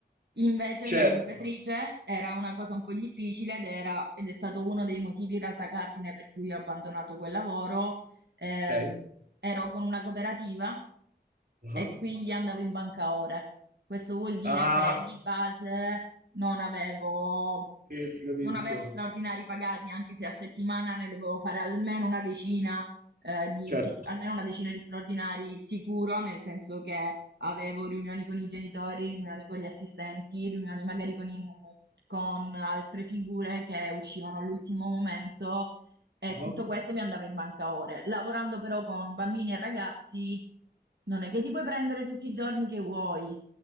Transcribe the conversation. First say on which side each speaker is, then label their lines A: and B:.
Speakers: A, on the right (about 70°); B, on the right (about 50°).
A: Invece
B: Certo,
A: da educatrice era una cosa un po' difficile ed era, ed è stato uno dei motivi in realtà cardine per cui ho abbandonato quel lavoro ehm,
B: ok.
A: ero con una cooperativa
B: Ah,
A: e quindi andavo in banca ore. Questo vuol dire
B: Ah,
A: che di base non avevo,
B: sì, ti capisco.
A: non avevo straordinari pagati, anche se a settimana ne dovevo fare almeno una decina, eh, di,
B: Certo.
A: si- almeno una decina di straordinari sicuro, nel senso che avevo riunioni con i genitori, riunioni con gli assistenti, riunioni magari con, i- con altre figure che uscivano all'ultimo momento e
B: Ah.
A: tutto questo mi andava in banca ore. Lavorando però con bambini e ragazzi, non è che ti puoi prendere tutti i giorni che vuoi.